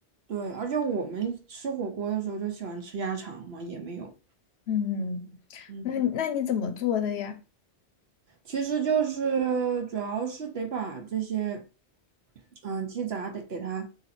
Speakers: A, on the right; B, on the left.
A: 对，而且我们吃火锅的时候就喜欢吃鸭肠嘛，也没有。
B: 嗯，嗯那那你怎么做的呀？
A: 嗯。其实就是主要是得把这些，嗯，鸡杂得给它